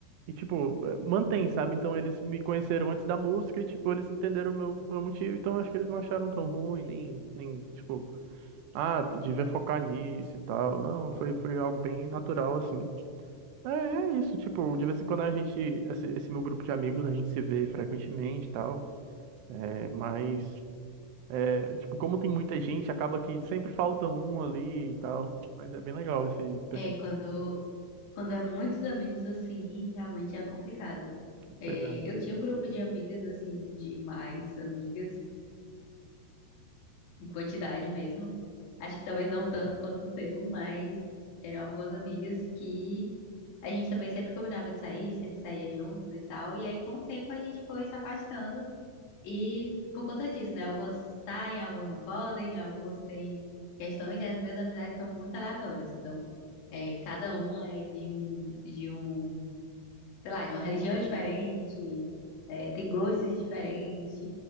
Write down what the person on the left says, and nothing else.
É, quando Quando é muitos amigos assim, realmente é complicado. É,
eu tinha um grupo de amigas, assim, de mais amigas, em quantidade mesmo. Acho que talvez não tanto quanto o seu, mas eram algumas amigas que a gente também sempre combinava de sair, sempre saía juntos e tal. E aí, com o tempo, a gente foi se afastando. E por conta disso, né? Algumas saem, algumas não podem, algumas têm questões, e as minhas amizades são muito aleatórias. Então, é, cada uma é de um, de um sei lá, de uma religião diferente, é, tem gostos diferentes,